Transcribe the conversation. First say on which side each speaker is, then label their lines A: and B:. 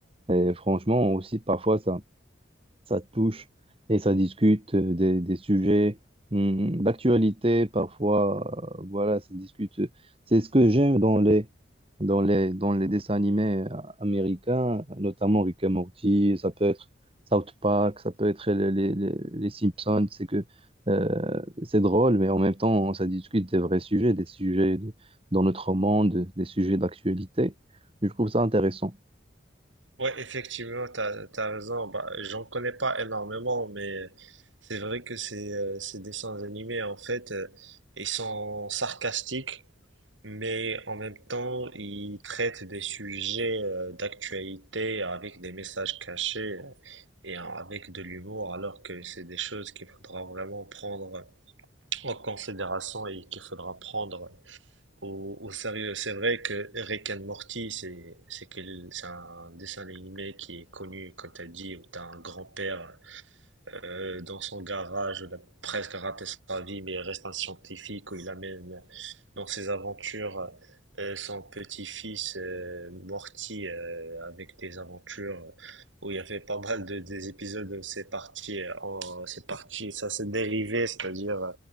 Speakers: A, on the right (about 30°); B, on the right (about 85°).
A: Et franchement, aussi, parfois, ça, ça touche et ça discute euh, des, des sujets hum, d'actualité. Parfois, euh, voilà, ça discute. C'est ce que j'aime dans les, dans les, dans les dessins animés euh, américains, notamment Rick et Morty, ça peut être South Park, ça peut être les, les, les- les Simpsons. C'est que euh, c'est drôle, mais en même temps, ça discute des vrais sujets, des sujets de- dans notre monde, des sujets d'actualité. Je trouve ça intéressant.
B: Ouais, effectivement, t'as, t'as raison. Bah, j'en connais pas énormément, mais c'est vrai que ces, euh, ces dessins animés, en fait, euh, ils sont sarcastiques. Mais en même temps, il traite des sujets euh, d'actualité avec des messages cachés euh, et euh, avec de l'humour, alors que c'est des choses qu'il faudra vraiment prendre en considération et qu'il faudra prendre au, au sérieux. C'est vrai que Rick and Morty, c'est c'est quel- c'est un dessin animé qui est connu, comme tu as dit, où tu as un grand-père euh, dans son garage, il a presque raté sa vie, mais il reste un scientifique où il amène dans ses aventures euh, son petit-fils euh, Morty euh, avec des aventures où il y avait pas mal de des épisodes où c'est parti euh, en c'est parti ça s'est dérivé c'est-à-dire euh,